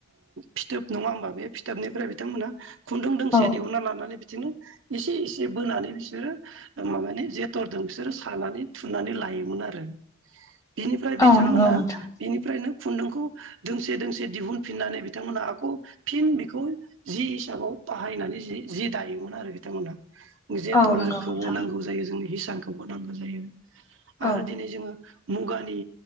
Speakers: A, on the right (about 65°); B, on the left (about 15°).
A: फिथोब नङा होमबा बे फिथोबनिफ्राय बिथांमोना खुन्दुं दोंसे
B: औ
A: दिहुनना लानानै बिदिनो इसे एसे बोनानै बिसोरो माबानि जेथरजों बिसोरो सानानै थुननानै लायो मोन आरो बिनिफ्राय बिथांमोना
B: औ नंगौ नोंथां
A: बेनिफ्रायनो खुन्दुंखौ दोंसे दोंसे दिहुनफिननानै बिथांमोना आक फिन बेखौ जि हिसाबाव बाहायनानै जि जि दायोमोन आरो बिथांमोनहा जेटरखौबो
B: औ नंगौ नोंथां
A: नांगौ जायो जोंनो हिसानखौबो नांगौ जायो आरो
B: औ
A: दिनै जोङो मुगानि